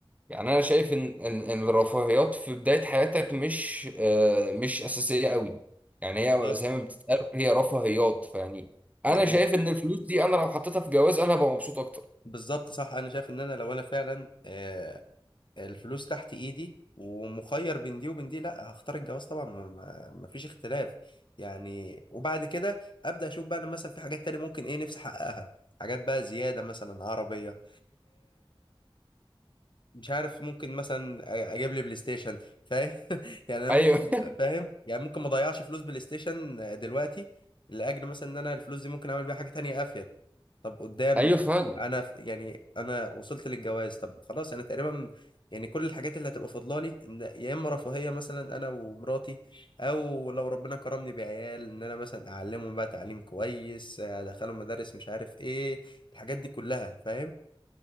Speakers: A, on the right; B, on the left.
A: يعني انا شايف ان ان إن الرفاهيات في بدايه حياتك مش آه، مش اساسيه قوي يعني هي
B: بالظبط
A: زي ما بتتقال هي رفاهيات فيعني انا
B: يعني
A: شايف ان الفلوس دي انا لو حطيتها في جواز انا هبقى مبسوط اكتر
B: بالظبط صح انا شايف ان انا لو انا فعلا آه، الفلوس تحت ايدي ومخير بين دي وبين دي لا هختار الجواز طبعا ما ما- مفيش اختلاف يعني وبعد كده ابدا اشوف بقى انا مثلا في حاجات تانية ممكن ايه نفسي احققها حاجات بقى زيادة مثلا عربية مش عارف ممكن مثلا أ- اجيب لي بلاي ستيشن فاهم <laughs> يعني انا
A: ايوه
B: ممكن فاهم يعني ممكن ما اضيعش فلوس بلاي ستيشن دلوقتي لاجل مثلا ان انا الفلوس دي ممكن اعمل بيها حاجه تانية افيد طب قدام
A: <laughs> ايوه فعلا
B: انا ف- يعني انا وصلت للجواز طب خلاص انا تقريبا يعني كل الحاجات اللي هتبقى فاضله لي إن يا اما رفاهيه مثلا انا ومراتي او لو ربنا كرمني بعيال ان انا مثلا اعلمهم بقى تعليم كويس ادخلهم مدارس مش عارف ايه الحاجات دي كلها فاهم